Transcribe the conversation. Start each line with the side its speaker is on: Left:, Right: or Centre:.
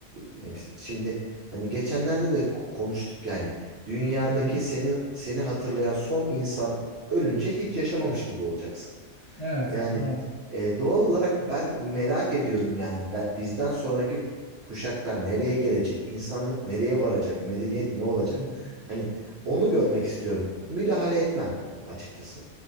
Right: yani şimdi hani geçenlerde de ko- konuştuk yani dünyadaki
Left: Hı hı.
Right: senin seni hatırlayan son insan ölünce hiç yaşamamış gibi olacaksın.
Left: Evet,
Right: Yani
Left: evet.
Right: e, doğal olarak ben merak ediyorum yani Be- bizden sonraki kuşaklar nereye gelecek? İnsanlık nereye varacak? Medeniyet ne olacak?
Left: Hı.
Right: Hani onu görmek istiyorum. Müdahale etmem açıkçası.